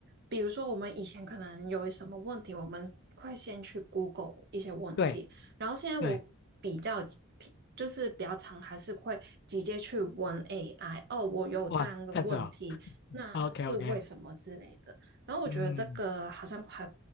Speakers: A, on the right; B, on the left.
A: 比如说我们以前可能有什么问题，我们会先去 Google 一些问题，
B: 对
A: 然后现在我比较
B: 对，
A: 就是比较常还是会直接去问 AI，哦，我有这样的问题，
B: 哇这样子哦
A: 那是为什么之类的。
B: ，OK OK，
A: 然后我觉得这个好像还
B: 嗯，